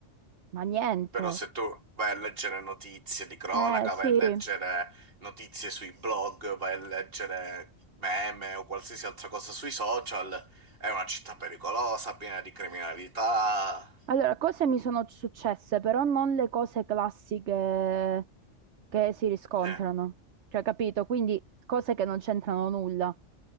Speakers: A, on the right; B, on the right.
A: ma niente.
B: Però se tu vai a leggere notizie di cronaca,
A: Eh, sì.
B: vai a leggere notizie sui blog, vai a leggere meme o qualsiasi altra cosa sui social, è una città pericolosa, piena di criminalità.
A: Allora, cose mi sono successe, però non le cose classiche che si riscontrano,
B: Sì,
A: cioè, capito? Quindi cose che non c'entrano nulla.